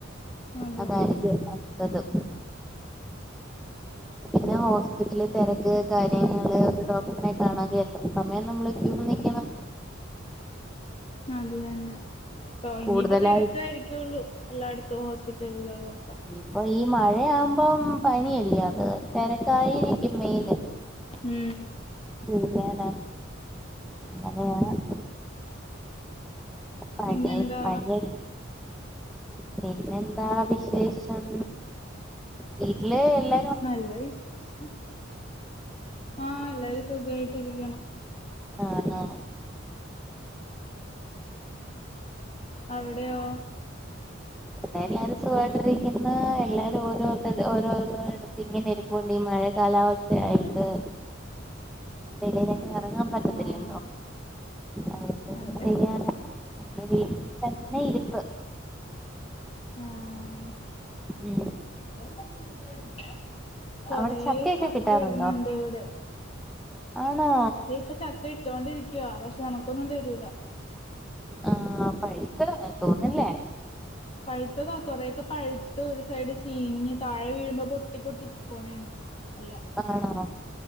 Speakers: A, on the left; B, in the centre.
A: അതെ
B: അതായിരിക്കും നല്ലത്. പിന്നെ ഹോസ്പിറ്റല് തെരക്ക് കാര്യങ്ങള് ഒരു ഡോക്ടറെനെ കാണാങ്കിഎത്ര സമയം നമ്മള് ക്യൂ നിക്ക്യണം.
A: അത് തന്നെ. ട്ടോ ഇനിയിപ്പ
B: കൂടുതലായി
A: തെരക്കാ യിരിക്ക്യോള്ളു. എല്ലായിടത തൊ ഹോസ്പിറ്റൽ <unintelligible> ളൊക്ക
B: അപ്പൊ ഈ മഴയാവുമ്പം പനിയല്ലെ. അപ്പൊ അത് തെരക്കായിരിക്കും മെയിന്.
A: ഉം
B: ചെയ്യാന അങ്ങനെയ. പനി
A: പിന്നെന്താ
B: പനി. പിന്നെന്താ വിശേഷം വീട്ടില് എല്ല
A: നല്ല വിശേഷം. ആഹ് എല്ലാരും സുഖയിട്ടരിക്ക്ണു.
B: ആണൊ.
A: അവിടെയോ.
B: ഇവിടെ എല്ലാരും സുഖായിരിക്കുന്നു. എല്ലാരും ഓരോത്ത ഓരോരോ ഇടത്ത് ഇങ്ങനെ ഇരിപ്പ് പൊണ്ട് ഈ മഴ കാലാവസ്ഥയായിട്ട്. വെലിയിലെങ്ങു എറങ്ങാൻ പറ്റത്തില്ലല്ലൊ.
A: ആഹ്
B: അത് കൊണ്ട് പന്നെ
A: അതെ
B: ചെയ്യാന. നമ്മുടെ വീട്ടിൽ തന്നെ ഇരിപ്പ്.
A: ആഹ്
B: ഉം
A: <unintelligible> കൊറേ
B: അവിടെ ചക്കയൊക്കെ
A: ചക്ക
B: കിട്ടാറുണ്ടോ
A: ഇടുണ് ഇണ്ട് ഇവിടെ.
B: ആണോ
A: ദെ ഇപ്പ ചക്ക ഇട്ടോകൊണ്ടിരിക്ക്യാെ.. പക്ഷെ നമുക്കൊന്നും തരൂല.
B: ആഹ് പഴുത്തതാ തോന്ന്ല്ലെ.
A: പഴുത്തതാ കുറേക്കെ പഴുത് ഒരു സൈഡ് ചീഞ്ഞ് താഴെ വീഴുമ്പോ പൊട്ടി പൊട്ടി പോണേണ് എല്ല
B: ആണോ